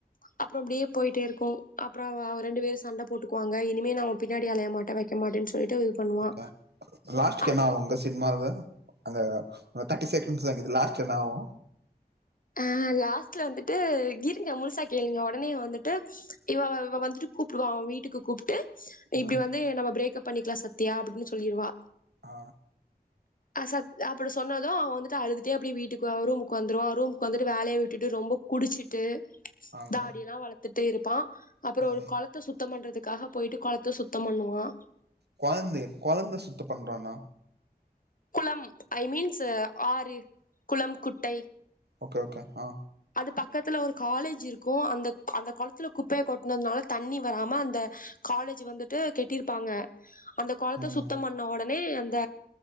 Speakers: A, on the left (about 55°); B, on the right (about 85°).
A: அப்புறம் அப்படியே போயிட்டே இருக்கு அப்புறம் ரெண்டு பேரும் சண்டை போட்டுக்குவாங்க இனிமே நான் பின்னாடி அலைய மாட்ட வைக்க மாட்டேன்னு சொல்லிட்டு பண்ணுவா.
B: ஓகே லாஸ்ட்க
A: அதுக்கு
B: என்ன ஆ உங்க சினிமா இருந்த அந்த தட்டி செகண்ட்ஸ் இக்குது லாஸ்ட் என்ன ஆவூ
A: அ லாஸ்ட்ல வந்துட்டு இருங்க முழுசா கேளுங்க உடனே வந்துட்டு இவ வந்துட்டு கூப்பிடுவா வீட்டுக்கு கூப்பிட்டு இப்படி
B: ம்
A: வந்து நம்ம பிரேக் அப் பண்ணிக்கலா சத்யா அப்படின்னு சொல்லிடுவா
B: ஆ
A: அ அப்படி சொன்னதும் அவன் வந்துட்டு அழுதுகட்டே அப்படியே வீட்டுக்கு ரூமுக்கு வந்துருவா ரூம் ரூம்க்கு வந்துட்டு வேலையை விட்டுட்டு ரொம்ப குடிச்சிட்டு
B: அங்க
A: தாடிய எல்லா வளத்துட்டு இருப்பா அப்புறம்
B: ஆ
A: ஒரு குளத்த சுத்தம் பண்றதுக்காக போயிட்டு குளத்த சுத்தம் பண்ணுவா
B: குழந்த குழந்த சுத்த பண்றானா
A: குளம் ஐ மீன்ஸ் ஆறு குளம் குட்டை
B: ஓகே ஓகே ஆ
A: அது பக்கத்துல ஒரு காலேஜ் இருக்கு அந்த அந்த குளத்துல குப்பையை கொட்னதுனால தண்ணி வராம அந்த கா காலேஜ் வந்துட்டு கெட்டிருப்பாங்க அந்த குளத்த
B: ம்
A: சுத்தம் பண்ண உடனே அந்த